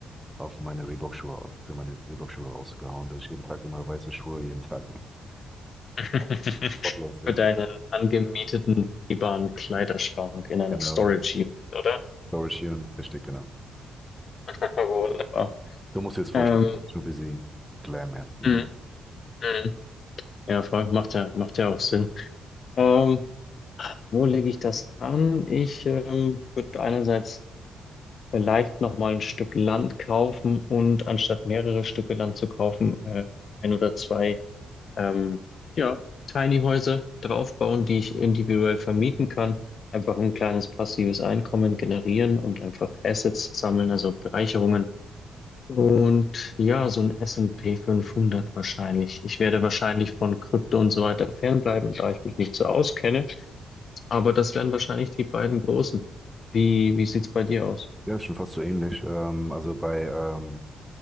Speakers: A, in the centre; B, on the left.
A: auf meine Reebok-Schuhe, für meine Reebok-Schuhe rausgehauen, dass ich jeden Tag immer weiße Schuhe, jeden Tag <laughs>
B: <laughs>
A: auf Sportlauf, ja.
B: für deinen angemieteten begehbaren Kleiderschrank, in einer
A: Genau,
B: Storage
A: ja.
B: Unit, oder?
A: Laura Sheeran, richtig, genau.
B: <laughs> Wunderbar.
A: So musst du dir das
B: Ähm,
A: vorstellen. So busy Glam, ja. Mhm.
B: mm, mm. Ja, voll, macht ja, macht ja auch Sinn. Ähm, wo lege ich das an? Ich ähm, würde einerseits Vielleicht nochmal ein Stück Land kaufen und anstatt mehrere Stücke Land zu kaufen, äh, ein oder zwei, ähm, ja, Tiny Häuser draufbauen, die ich individuell vermieten kann. Einfach ein kleines passives Einkommen generieren und einfach Assets sammeln, also Bereicherungen. Und ja, so ein S&P 500 wahrscheinlich. Ich werde wahrscheinlich von Krypto und so weiter fernbleiben, da ich mich nicht so auskenne. Aber das wären wahrscheinlich die beiden großen. Wie, wie sieht's bei dir aus?
A: Ja, ist schon fast so ähnlich. Ähm, also bei, ähm,